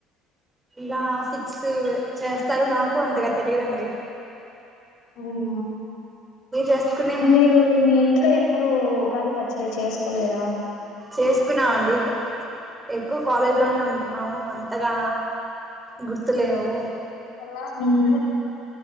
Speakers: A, on the right; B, on the left.
A: లా ఫిక్స్ చేస్తారు నాకు అంతగా తెలీదండి
B: అవునా
A: చేసుకునే
B: మీరు మీ ఇంట్లో ఎప్పుడుూ ఉగాది పచ్చడి చేసుకొలేదా
A: చేసుకున్నామ అండి ఎక్కువ కాలేజ్లోనే ఉంటున్నాము అంతగా గుర్తులేవు
B: మ్